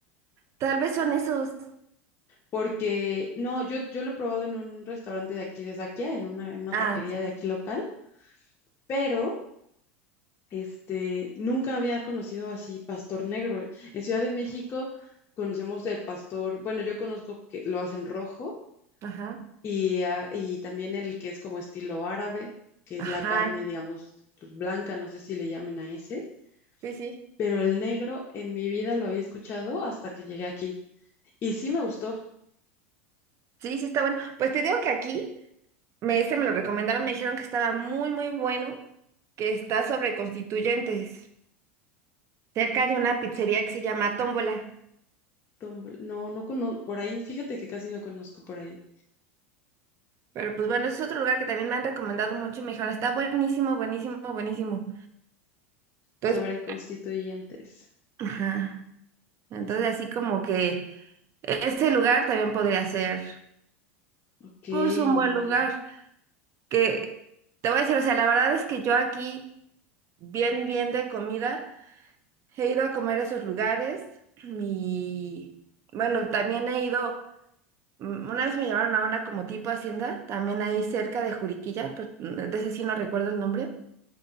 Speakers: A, on the right (about 40°); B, on the left (about 35°).
A: Tal vez son esos.
B: porque no, yo, yo lo he probado en un restaurante de aquí de Saquia, en una, en una
A: Ah,
B: taquería
A: sí,
B: de aquí local, pero este, nunca había conocido así pastor negro. En Ciudad de México conocemos el pastor, bueno, yo conozco que lo hacen rojo
A: ajá.
B: Y, ah, y también el que es como estilo árabe, que
A: Ajá,
B: es la carne, digamos, pues, blanca, no sé si le llamen a ese,
A: Sí, sí.
B: pero el negro en mi vida lo había escuchado hasta que llegué aquí. Y sí me gustó.
A: Sí, sí está bueno. Pues te digo que aquí, me, este me lo recomendaron, me dijeron que estaba muy, muy bueno, que está sobre Constituyentes, cerca de una pizzería que se llama Tómbola.
B: Tumble- No, no conozco, por ahí, fíjate que casi no conozco por ahí
A: Pero pues bueno, ese es otro lugar que también me han recomendado mucho y me dijeron, está buenísimo, buenísimo, buenísimo. Entonces,
B: sobre constituyentes.
A: ajá. Entonces
B: Consti-
A: así como que ese lugar también podría ser,
B: ok,
A: pues, un
B: muy
A: buen
B: bien.
A: lugar. Que te voy a decir, o sea, la verdad es que yo aquí, bien, bien de comida. He ido a comer a esos lugares y bueno, también he ido, mm, una vez me llevaron a una como tipo hacienda, también ahí cerca de Juriquilla, pero mm, de ese sí no recuerdo el nombre,